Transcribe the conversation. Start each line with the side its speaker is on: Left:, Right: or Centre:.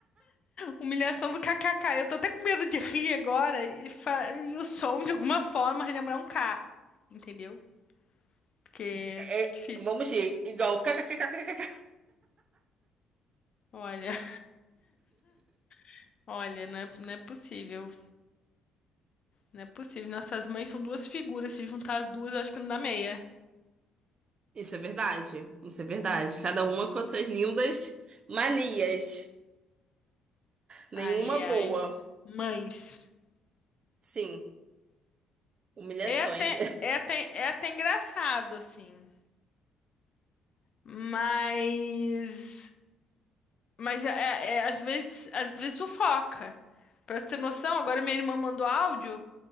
Left: humilhação do kkk. Eu tô até com medo de rir agora e, fa- e o som de alguma forma relembrar um K, entendeu? Porque
Right: É,
Left: é difícil.
Right: vamos ir, igual kkkkk.
Left: Olha, <laughs> olha, não é, não é possível. Não é possível. Nossas mães são duas figuras. Se juntar as duas, eu acho que não dá meia.
Right: Isso é verdade. Isso é verdade. Cada uma com suas lindas manias. Nenhuma
Left: Ai, ai.
Right: boa.
Left: Mães.
Right: Sim, humilhações.
Left: É até, é até, é até engraçado, assim. Mas. Mas é, é- é, às vezes, às vezes sufoca. Pra você ter noção, agora minha irmã mandou áudio.